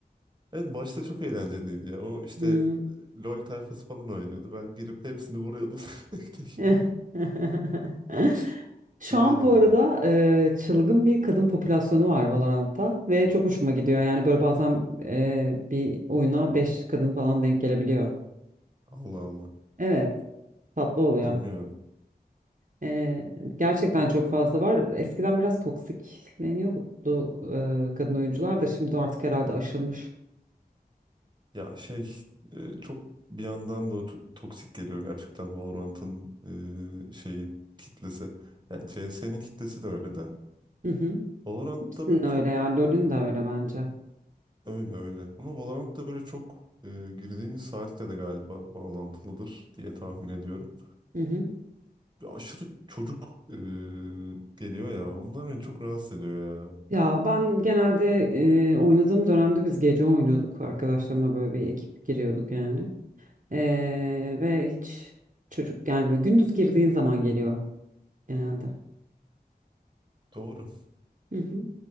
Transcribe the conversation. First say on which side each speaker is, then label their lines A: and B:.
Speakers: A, on the right; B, on the right.
A: Evet başta çok eğlenceliydi ya. O işte
B: Hmm.
A: e, LoL tayfası falan oynuyordu. Ben girip hepsini vuruyordum <laughs> tek tek.
B: <laughs>
A: Çok
B: Şu an
A: eğlenceliydi.
B: bu arada eee, çılgın bir kadın popülasyonu var Valorant'ta ve çok hoşuma gidiyor. Yani böyle bazen eee, bir oyuna 5 kadın falan denk gelebiliyor.
A: Allah Allah.
B: Evet, tatlı oluyor.
A: Bilmiyorum.
B: Eee, gerçekten çok fazla var. Eskiden biraz toksikleniyordu eee, kadın oyuncular da şimdi artık herhalde aşılmış.
A: Ya şey e, çok bir yandan da o to- toksik geliyor gerçekten Valorant'ın e, şeyi kitlesi. Yani CS'nin kitlesi de öyle de.
B: Hı hı.
A: Valorant'ta
B: Hepsinin
A: böyle çok
B: öyle ya. LoL'ün de öyle bence.
A: Öyle öyle. Ama Valorant da böyle çok e, girdiğin saatle de galiba bağlantılıdır diye tahmin ediyorum.
B: Hı hı.
A: Bir aşırı çocuk e, geliyor ya. Onlar beni çok rahatsız ediyor ya.
B: Ya ben genelde e, oynadığım dönemde biz gece oynuyorduk. Arkadaşlarımla böyle bir ekip giriyorduk yani. E, ve hiç çocuk gelmiyor. Gündüz girdiğin zaman geliyor genelde.
A: Doğru.
B: Hı hı.